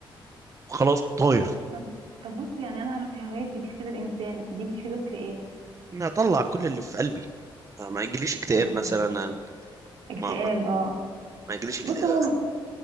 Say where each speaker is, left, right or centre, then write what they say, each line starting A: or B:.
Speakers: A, on the right (about 35°); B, on the right (about 80°).
A: وخلاص طاير
B: طب طب طب بص يعني انا اعرف في هوايات بتفيد الانسان دي بتفيدك في ايه
A: انا اطلع كل اللي في قلبي آه، ما يجيليش اكتئاب
B: الله
A: مثلا
B: اكتئاب
A: ما
B: اه
A: ما يجيليش اكت-
B: بص
A: آه،
B: هو